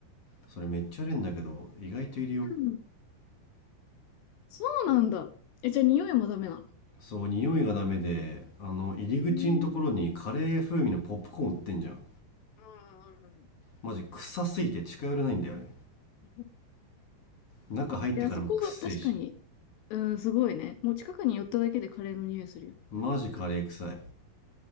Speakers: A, on the left; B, on the left.
A: それめっちゃあるんだけど、意外といるよ。
B: うん。そうなんだ。え、じゃあ匂いもダメなの
A: そう、匂いがダメで、あの、入り口のところにカレー風味のポップコーン売ってんじゃん。
B: うーん。あんあるある
A: マジ臭すぎて近寄れないんだよね。
B: い
A: 中入ってからもくっせえし。
B: や、そこは確かにうん、すごいね。もう近くに寄っただけでカレーの匂いするよ
A: マジカレー臭い。